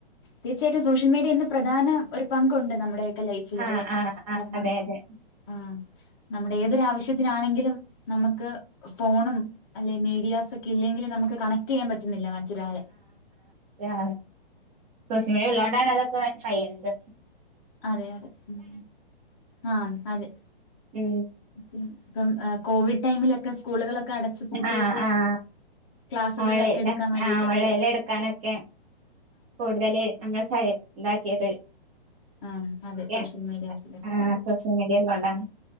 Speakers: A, on the left; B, on the right.
A: തീർച്ചയായിട്ടും സോഷ്യൽ മീഡിയന്ന് പ്രധാന ഒരു പങ്കുണ്ട് നമ്മുടെ ലൈഫില്
B: ആഹ്
A: അല്ലെ
B: ആഹ് ആഹ്
A: കാരണം
B: അതെ അതെ
A: ആഹ് നമ്മുടെ ഏതൊരാവശ്യത്തിനാണെങ്കിലും നമുക്ക് ഫോണും അല്ലെ മീഡിയാസ ഒക്കെ ഇല്ലെങ്കിലും ന നമ്മക് കണക്ട് ചെയ്യാൻ പറ്റുന്നില്ല മറ്റൊരാളെ
B: ആ സോഷ്യൽ മീഡിയ ഉള്ളതോണ്ടാണ് അതൊക്കെ കയ്യിണത്
A: അതെ അതെ ഉം ആഹ് അതെ
B: ഉം
A: ഉം ഇപ്പം കോവിഡ് ടൈമിലൊക്കെ സ്കൂളുകളൊക്കെ അടച്ചുപൂട്ടിയപ്പോ
B: ആഹ് ആഹ്
A: ക്ലാസ്സസുകളൊക്കെ
B: ഓൺലൈൻ
A: എടുക്കാൻ വേണ്ടിട്ട്
B: ആഹ് ഓൺലൈനിൽ
A: അത്
B: എടുക്കാനൊക്കെ കൂടുതല് നമ്മൾ സ ഇതാക്കിയത്
A: ആഹ് അതെ സോഷ്യൽ
B: എ
A: മീഡിയാസിലൊക്കെ
B: ആ സോഷ്യൽ മീഡിയ ഇള്ളോണ്ടാണ്